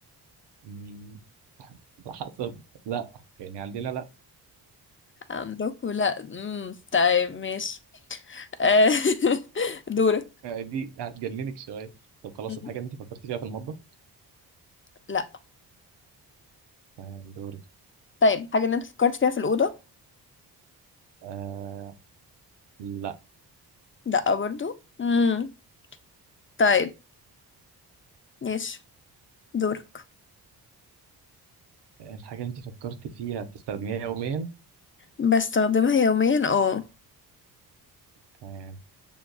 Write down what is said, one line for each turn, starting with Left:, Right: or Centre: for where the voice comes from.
Right: أمم، على حسب لا يعني عندنا لا
Left: عندكم لا امم طيب ماشي آه، <laughs> دورك
Right: آه، دي هتجننك شويه طب خلاص
Left: مم.
Right: الحاجه اللي انت فكرت فيها في المطبخ
Left: لا
Right: تمام دوري
Left: طيب حاجة اللي انت فكرت فيها في الأوضة
Right: آه لا
Left: لا برضو امم طيب ماشي دورك
Right: الحاجه اللي انت فكرت فيها بتستخدميها يوميا
Left: بستخدمها يوميا اه
Right: تمام